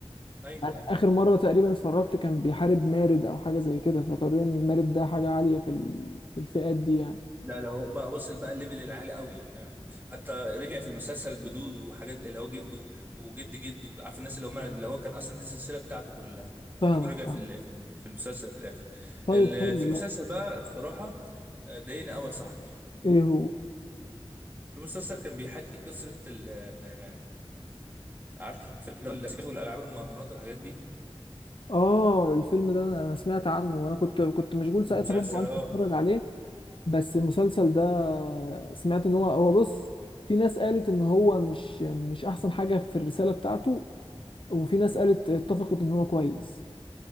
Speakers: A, on the right (about 20°); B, on the left (about 55°).
A: ايوه
B: يعني
A: ايوه
B: اخر مره تقريبا اتفرجت كان بيحارب مارد او حاجه زي كده فطبيعي ان المارد ده حاجه عاليه في ال... في الفئات دي يعني
A: ده لو بقى وصل بقى الليفل العالي قوي فاهم حتى رجع في المسلسل جدوده وحاجات اللي هو جده وجد جده عارف الناس اللي هم اللي هو كان اصلا دي السلسله بتاعته كلها ده
B: فاهمك
A: كله رجع
B: فاهم
A: في ال- في المسلسل في الاخر
B: طيب
A: ال-
B: حلو
A: في مسلسل
B: لا
A: بقى الصراحه آه، ضايقني قوي يا صاحبي
B: ايه هو
A: في مسلسل كان بيحكي قصه ال آه، عارف اللي هو السبت والالعاب المراهنات والحاجات دي
B: اه الفيلم ده انا أنا سمعت عنه وانا كنت كنت مشغول
A: ده
B: ساعتها
A: مسلسل
B: برضه عارف
A: اه
B: اتفرج عليه بس المسلسل ده سمعت ان هو هو بص في ناس قالت ان هو مش مش احسن حاجه في الرساله بتاعته وفي ناس قالت اتفقت ان هو كويس